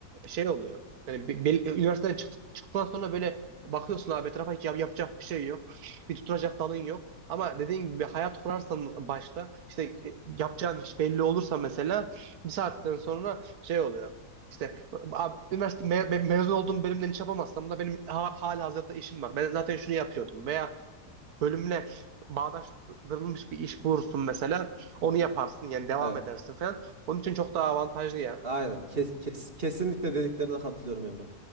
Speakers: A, on the right (about 70°); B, on the right (about 35°).
A: şey oluyor. Yani be- bel- üniversiteden çık- çıktıktan sonra böyle bakıyorsun abi etrafa hiç yap- yapacak bir şey yok. Bir tutunacak dalın yok. Ama dediğin gibi bir hayat kurarsan başta işte e, yapacağın iş belli olursa mesela bir saatten sonra şey oluyor. İşte abi, üniversite me- me- mezun olduğum bölümden iş yapamazsam da benim ha hali hazırda işim var. Ben zaten şunu yapıyordum veya bölümle bağdaştırılmış bir iş bulursun mesela onu
B: Hı hı.
A: yaparsın yani devam
B: Evet.
A: edersin falan. Onun için çok daha avantajlı yani.
B: Aynen. Kes, kes, kesinlikle dediklerine katılıyorum Emre.